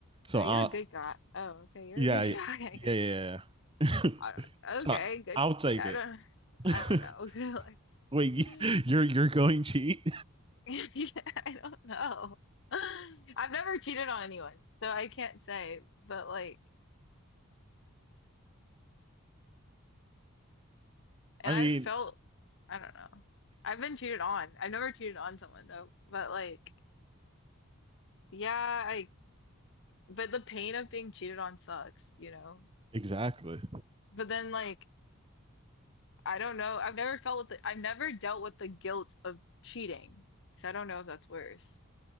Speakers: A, on the right; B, on the left.
A: so
B: Are
A: i'll
B: you a good guy? Oh, okay, you're
A: yeah
B: a good <laughs> guy,
A: yeah
B: I guess.
A: yeah, yeah.
B: I
A: <laughs>
B: don't,
A: so
B: okay, good.
A: i'll take
B: I
A: it
B: don't,
A: <laughs>
B: I don't know. <laughs>
A: wait
B: Like,
A: you're you're going cheat
B: <laughs> yeah, I don't know. <laughs> I've never cheated on anyone, so I can't say, but like,
A: <laughs>
B: and
A: i
B: I've
A: mean
B: felt, I don't know. I've been cheated on. I've never cheated on someone though, but like, yeah, I, but the pain of being cheated on sucks, you know?
A: exactly
B: But then like, I don't know. I've never felt with the, I've never dealt with the guilt of cheating. So I don't know if that's worse.